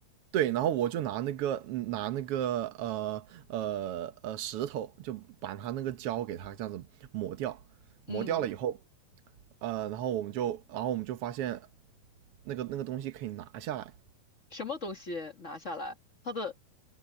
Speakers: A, on the right; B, on the left.
A: 对，然后我就拿那个嗯拿那个呃呃呃石头，就把它那个胶给它这样子磨掉，磨掉了以后，
B: 嗯，
A: 呃，然后我们就然后我们就发现那个那个东西可以拿下来，
B: 什么东西拿下来，它的